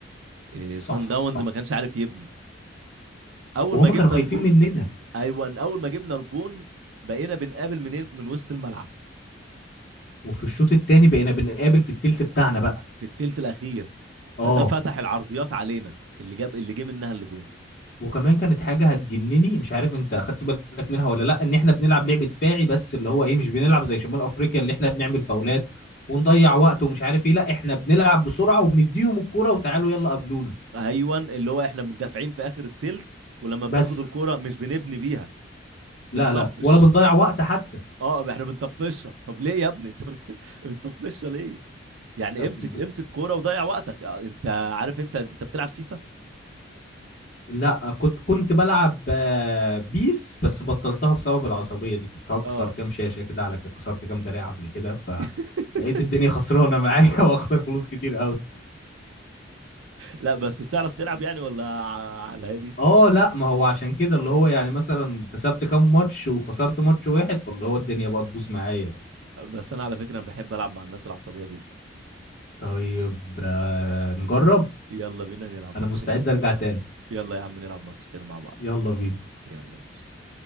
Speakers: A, on the right; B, on the left.
A: إيه
B: صح
A: سان داونز
B: صح
A: ما كانش عارف يبني اول
B: وهم
A: ما جبنا
B: كانوا خايفين
A: الجون
B: مننا
A: ايوه اول ما جبنا الجون بقينا بنقابل منين من وسط الملعب
B: وفي الشوط التاني بقينا بنقابل في التلت بتاعنا بقى
A: في التلت الاخير
B: اه
A: فده فتح العرضيات علينا اللي جاب اللي جه منها الاجوان
B: وكمان كانت حاجة هتجنني مش عارف انت اخدت بالك منها ولا لا ان احنا بنلعب لعبة دفاعي بس اللي هو ايه مش بنلعب زي شمال افريقيا اللي احنا بنعمل فاولات ونضيع وقت ومش عارف ايه لا احنا بنلعب بسرعة وبنديهم الكرة وتعالوا يلا قابلونا
A: ايوه اللي هو احنا مندافعين في اخر التلت ولما بناخد
B: بس
A: الكرة مش بنبني بيها
B: لا
A: بنطفش
B: لا ولا بنضيع وقت حتى
A: اه احنا بنطفشها طب ليه يا ابني انت <laughs> بتطفشها ليه يعني
B: طب
A: امسك
B: ب-
A: امسك كوره وضيع وقتك آه، انت عارف انت انت بتلعب فيفا
B: لا كنت كنت بلعب آه، بيس بس بطلتها بسبب العصبية دي كنت هكسر
A: اه
B: كام شاشة كده على كده، كسرت كام دراع قبل كده فلقيت
A: <laughs>
B: الدنيا خسرانة معايا <laughs> واخسر فلوس كتير
A: لا بس بتعرف تلعب يعني ولا ع- على هادي
B: اه لا ما هو عشان كده اللي هو يعني مثلا كسبت كام ماتش وخسرت ماتش واحد فاللي هو الدنيا بقى تبوظ معايا بقى
A: بس انا على فكره انا بحب العب مع الناس العصبيه جدا
B: طيب آه نجرب
A: يلا بينا نلعب ماتشين
B: انا مستعد ارجع تاني
A: يلا يا عم نلعب ماتش كده مع بعض
B: يلا بينا
A: يلا يا باشا